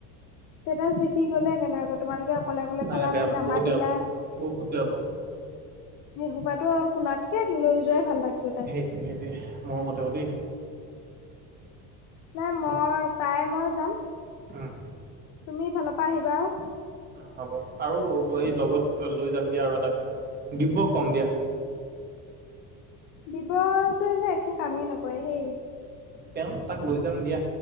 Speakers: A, on the left; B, on the right.
A: ষ্টেটাছ দেখি গ'লে, কেনেবাকৈ তোমালোকে অকলে-অকলে
B: নাই
A: খালা,
B: নাই বেয়া
A: মোক
B: পাব
A: নামাতিলা
B: বহুত বেয়া পাব বহুত বেয়া পাব
A: সেই সোপাটো, শুনাতকে লৈ যোৱাই ভাল, তাতকৈ তাইক
B: সেইটোৱেই, মৰমতো দেই
A: নাই মই,
B: বাকী
A: তাই মই যাম।
B: উম।
A: তুমি ইফালৰ পৰা আহিবা আৰু
B: উম হ'ব আৰু, এই লগত লৈ যাম দিয়া আৰু এটাক, দিব্যক ক'ম দিয়া।
A: দিব্যটোৱে যে একো কামেই নকৰে হে
B: তেওঁ তাক লৈ যাম দিয়া,